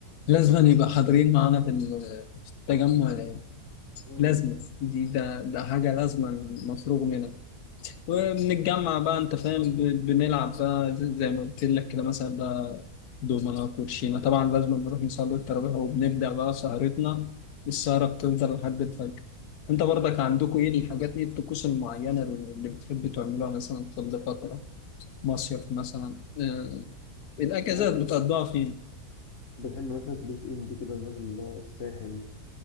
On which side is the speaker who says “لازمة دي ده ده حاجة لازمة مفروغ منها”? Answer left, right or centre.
Left